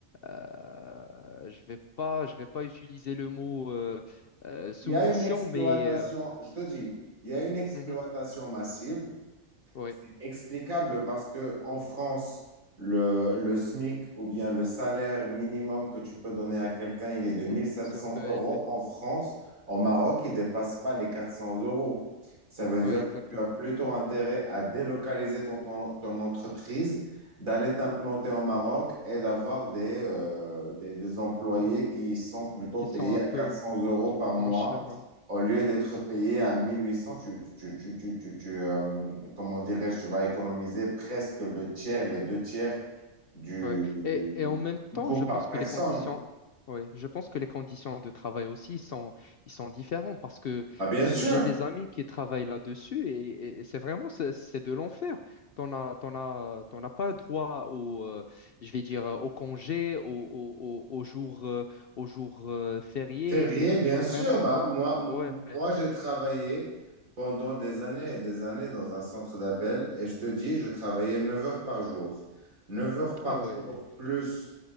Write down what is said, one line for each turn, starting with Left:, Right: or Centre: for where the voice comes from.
Left: euh, je vais pas, je vais pas utiliser le mot euh, euh, soumission,
Right: Il y a une exploitation,
Left: mais euh,
Right: je te dis, il y a une exploitation
Left: mhm,
Right: massive.
Left: ouais,
Right: C'est explicable parce que en France, le, le SMIC ou bien le salaire minimum que tu peux donner à quelqu'un, il est de mille
Left: mhm,
Right: sept
Left: c'est
Right: cents
Left: un peu
Right: euros.
Left: élevé.
Right: En France, en Maroc, il ne dépasse pas les 400 euros. Ça veut dire
Left: Ouais, exactement.
Right: que tu as plutôt intérêt à délocaliser ton, ton, ton entreprise, d'aller t'implanter au Maroc et d'avoir des, euh, des, des employés
Left: Mm.
Right: qui sont plutôt
Left: Qui
Right: payés
Left: sont un
Right: à
Left: peu
Right: quatre cents euros par mois
Left: moins chers. oui.
Right: au lieu d'être payé à 1800, tu, tu, tu, tu, tu, tu- tu, euh, comment dirais-je, tu vas économiser presque le tiers, les deux tiers du,
Left: Ouais.
Right: du,
Left: Et, et en même
Right: du
Left: temps,
Right: coût
Left: je
Right: par
Left: pense
Right: personne.
Left: que les conditions, ouais, je pense que les conditions de travail aussi sont, ils sont différents parce que
Right: Ah, bien
Left: euh,
Right: sûr,
Left: j'ai des amis qui travaillent là-dessus et, et- et c'est vraiment c'est c'est de l'enfer. T'en as, t'en as, t'en as pas droit au, euh, je vais dire, euh, au congé, au, au, au, au jour, euh, au jour euh, férié.
Right: Férié,
Left: C'est,
Right: bien
Left: c'est
Right: sûr.
Left: vraiment
Right: Bah,
Left: rare.
Right: moi, m-
Left: Ouais.
Right: moi j'ai travaillé pendant des années et des années dans un centre d'appel et je te dis, je travaillais 9 heures par jour. 9 heures par
Left: Ah ouais.
Right: jour plus